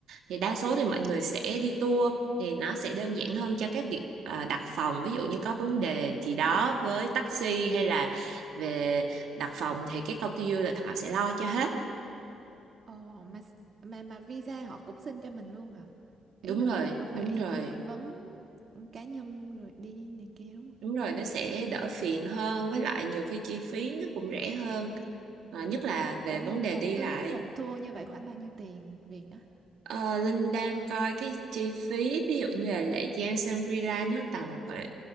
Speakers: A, on the right; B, on the right.
A: thì đa số thì mọi người sẽ đi tour thì nó sẽ đơn giản hơn cho các việc ờ, đặt phòng ví dụ như có vấn đề gì đó với taxi hay là về đặt phòng thì cái công ty du lịch họ sẽ lo cho hết
B: Ồ mà s- mà mà visa họ cũng xin cho mình luôn hả? Ý
A: đúng
B: là mình
A: rồi
B: không có phải
A: đúng rồi
B: đi phỏng vấn cá nhân rồi đi này kia đúng không?
A: đúng rồi nó sẽ đỡ phiền hơn với lại nhiều khi chi phí nó cũng rẻ hơn Ờ, nhất là về
B: Ủa
A: vấn
B: một
A: đề
B: một
A: đi
B: tuyến
A: lại
B: một tour như vậy khoảng bao nhiêu tiền Việt á?
A: Ờ, Linh đang coi cái chi phí ví dụ như là Lệ Giang Shangri-La nó tầm khoảng